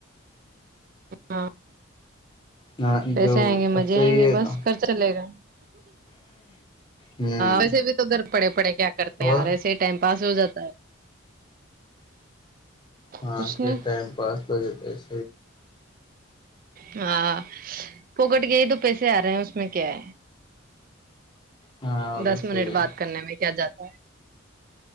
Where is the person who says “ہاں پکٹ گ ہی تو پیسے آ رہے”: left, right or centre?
Right